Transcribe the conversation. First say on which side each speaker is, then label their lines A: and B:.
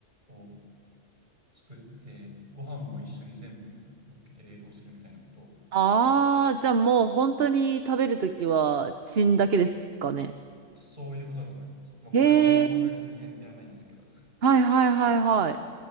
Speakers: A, on the right; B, on the right.
A: を作って、ご飯も一緒に全部乗っけて冷凍するみたいなことを、
B: あー、じゃあもう本当に食べるときは、チンだけですかね。
A: そういうことだと思います。僕、
B: へえ。
A: 親子丼は別にややらないんですけど。<laughs>
B: はいはいはいはい。